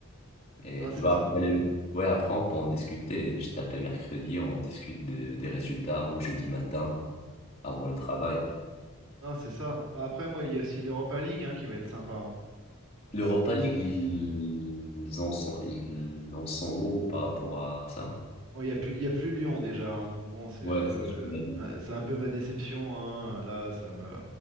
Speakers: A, on the left; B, on the right.
A: Et
B: Non, c'est
A: tu vois,
B: ça.
A: après le- ouais, après, on peut en discuter. Je t'appelle mercredi, on discute de- des résultats ou jeudi matin avant le travail.
B: Non, c'est ça. Bah, Après, moi, il y a aussi l'Europa League hein, qui va être sympa. hein.
A: L'Europa League, ils en sont, ils en sont où par rapport à ça?
B: Bon, il y a plus, il y a plus Lyon déjà, hein, donc bon, c'est
A: Ouais,
B: un peu,
A: ça,
B: euh,
A: je te l'ai dit.
B: c'est un c'est un peu ma déception. hein. Là, ça me,